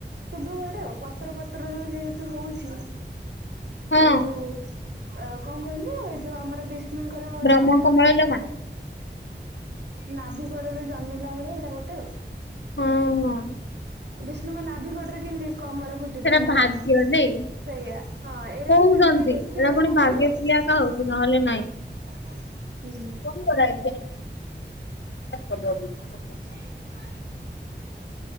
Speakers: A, on the right (about 65°); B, on the left (about 80°).
A: ଶୁଭୁ ଗୋଟେ ଆଉ ପତ୍ର ପତ୍ରରୁ ଯେହେତୁ ହଉଛି
B: ହଁ
A: ଏଇ ଯୋଉ ଅ କଣ କହିଲେ ଯୋଉ ଆମର ବିଷ୍ଣୁଙ୍କର
B: ବ୍ରହ୍ମ
A: ନାଭି
B: କମଳ
A: ଗୋଡରୁ
B: ଲୋ ମା
A: ନାଭିିକଡ ବି ଜନ୍ମିଲା ଭଳିଆ ଏଇଟା ଗୋଟେ
B: ହଁ ହଁ
A: ବିଷ୍ଣୁଙ୍କ ନାଭିି ଗୋଡରେେ କେମିତି କମ୍ ମଳ ପୁଟି
B: ସେଟା
A: ଥାଏ
B: ଭାଗ୍ୟ
A: ହଁ ସେଇଆ
B: ନାଇଁ
A: ହଁ ଏଇଟା
B: କହୁଛନ୍ତି
A: ବି ସେମିତି ଦେଖିବାକୁ
B: ଏଟା ପୁଣି ଭାଗ୍ୟ
A: ହୁଏ
B: ଥିଲେ ଏକା ହଉଛି
A: ହୁଁ
B: ନହେଲେ ନାଇଁ। <unintelligible>
A: <unintelligible>